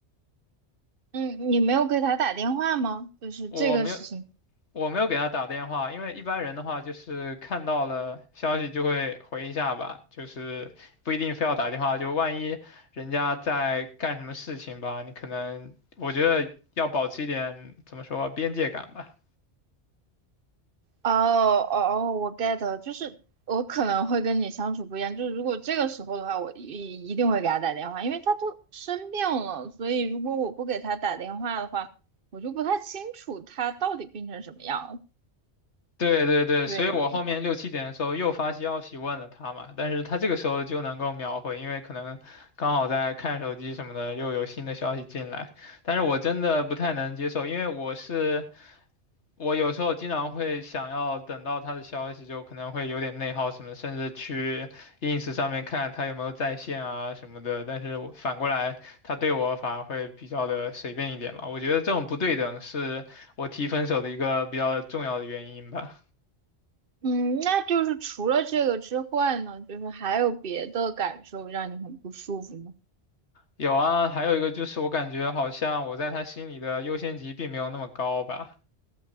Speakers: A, on the right; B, on the left.
A: 嗯，你没有给他打电话吗？就是这个事情。
B: 我没有我没有给他打电话，因为一般人的话就是看到了消息就会回一下吧，就是不一定非要打电话，就万一人家在干什么事情吧，你可能我觉得要保持一点怎么说边界感吧。
A: 哦哦哦，我 get 了，就是我可能会跟你相处不一样，就是如果这个时候的话，我一一定会给他打电话，因为他都生病了，所以如果我不给他打电话的话，我就不太清楚他到底病成什么样了
B: 对对对，
A: 对，
B: 所以我后面六七点的时候又发消息问了他嘛，但是他这个时候就能够秒回，因为可能刚好在看手机什么的，又有新的消息进来。但是我真的不太能接受，因为我是我有时候经常会想要等到他的消息，就可能会有点内耗什么，甚至去 ins 上面看他有没有在线啊什么的。但是我反过来，他对我反而会比较的随便一点嘛，我觉得这种不对等是我提分手的一个比较重要的原因吧。
A: 嗯，那就是除了这个之外呢，就是还有别的感受让你很不舒服吗？
B: 有啊，还有一个就是我感觉好像我在他心里的优先级并没有那么高吧。